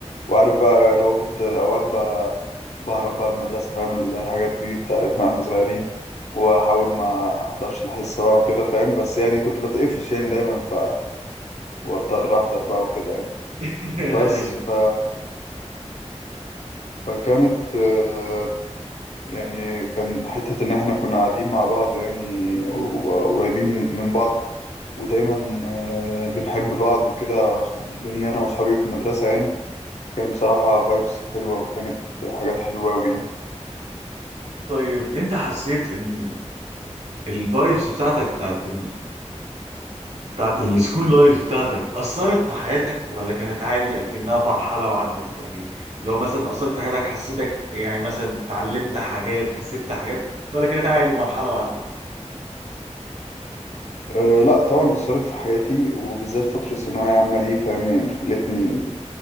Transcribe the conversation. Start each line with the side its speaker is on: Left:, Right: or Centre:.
Left: وعارف بقى اللي هو كنت اوقات بقى بهرب بقى من المدرسه فاهم اللي هي الحاجات دي بتاعتنا واحنا صغيرين واحاول ما احضرش الحصه بقى وكده فاهم بس يعني كنت بتقفش يعني دايما ف واضطر احضر بقى وكده يعني
Right: <laughs>
Left: بس
Right: أيوة.
Left: ف... فكانت آه، يعني كان حتة إن إحنا كنا قاعدين مع بعض يعني وقريبين
Right: م- م- م.
Left: من بعض ودايما آه، بنحب بعض وكده بيني أنا وأصحابي في المدرسة يعني كان بصراحة فايبس حلوة وكانت حاجات حلوة أوي يعني
Right: طيب انت حسيت ان الفايبس بتاعتك بتاعت بتاعت السكول لايف بتاعتك أثرت في حياتك ولا كانت عادي أكنها مرحلة وعدت يعني لو مثلا أثرت في حياتك حسيتك يعني مثلا اتعلمت حاجات كسبت حاجات ولا كانت عادي مرحلة وعدت
Left: أه لأ طبعا أثرت في حياتي وبالذات فترة ثانوية عامة دي فاهم يعني خلتني